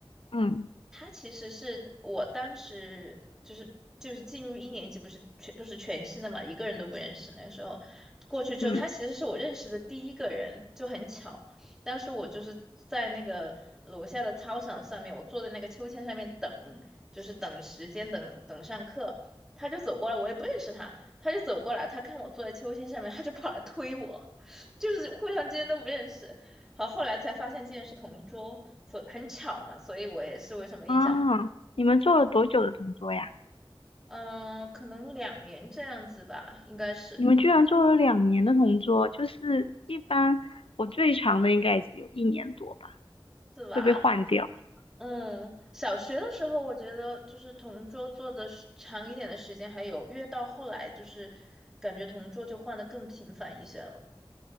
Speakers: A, on the left; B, in the centre.
A: 嗯
B: 他其实是我当时就是就是进入一年级，不是全都是全新的嘛，一个人都不认识。那个时候过去之后，
A: 嗯
B: 他其实是我认识的第一个人，就很巧。当时我就是在那个楼下的操场上面，我坐在那个秋千上面等，就是等时间，等等上课。他就走过来，我也不认识他，他就走过来，他看我坐在秋千上面，他就跑来推我，<laughs> 就是互相之间都不认识。好，后来才发现竟然是同桌，所很巧嘛，所以我也是为什么印象，
A: 啊，你们做了多久的同桌呀？
B: 嗯、可能两年这样子吧，应该是
A: 你们居然做了两年的同桌，就是一般我最长的应该也只有一年多吧，
B: 是吧？
A: 会被换掉。
B: 嗯，小学的时候我觉得就是同桌坐的时长一点的时间还有，越到后来就是感觉同桌就换的更频繁一些了。